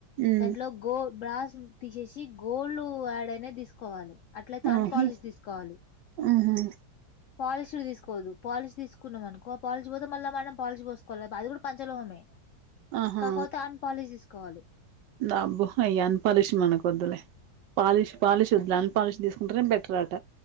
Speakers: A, on the right; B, on the left.
A: ఉమ్
B: దాంట్లో గో బ్రాస్ తీసేసి గోల్డ్ యాడ్ అయినయి తీసుకోవాలి అట్లయితే అన్పాలిష్
A: ఆహా
B: తీసుకోవాలి
A: ఆహా
B: పాలిషీడ్ తీసుకోవదు పాలిషీ తీసుకున్నాం అనుకో ఆ పాలిీష్ పోతే మళ్ళ మనం పాలిష్ పోసుకోవాలి అది కూడా పంచలోహమే
A: ఆహా
B: కాకపోతే అన్పాలిష్ తీసుకోవాలి
A: అబ్బో అయ్ అన్పాలిష్ మన కొద్దులే పాలిష్ పాలిష్ వద్దులే అన్ పాలిష్ తీసుకుంటేనే బెటర్ అట